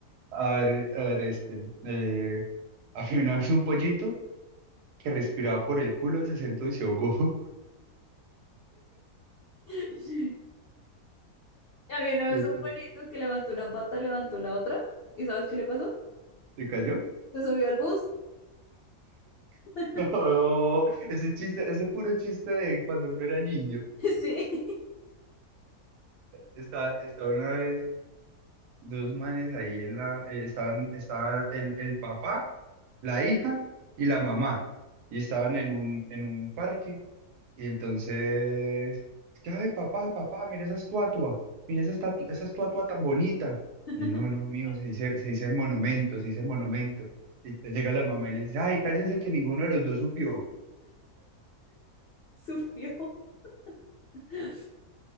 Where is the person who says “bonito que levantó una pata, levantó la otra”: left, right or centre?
Left